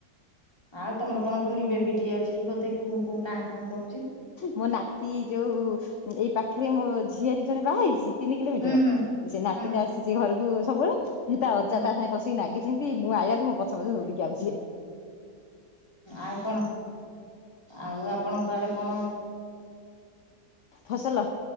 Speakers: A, on the left; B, on the left.
A: ଆଉ ତମର କଣ କୁନି ବେବି ଟିଏ ଅଛି କି ବୋଧେ କୁଁ କୁଁ କାଁ କାଁ କରୁଛି
B: ମୋ ନାତି ଯୋଉ ଏଇ ପାଖରେ ମୋ ଝିଆରି ଜଣେ ବାହା ହେଇଛି ତିନି କିଲୋମିଟର
A: ହୁଁ ହୁଁ
B: ସେ ନାତିଟା
A: ହୁଁ
B: ଆସିଛି ଘରକୁ ସବୁବେଳେଇ ଅଜା
A: ହୁଁ
B: ତା ସାଙ୍ଗ ବସିକି ନାଗିଛନ୍ତି ମୁଁ ଆଇଲା ରୁ ମୋ ପଛେ ପଛେ ଦଉଡିକି ଆଉଛନ୍ତି
A: ଆଉ କଣ ଆଉ ଆପଣ ଆପଣ କୁ ଆଡେ ହଁ
B: ଫସଲ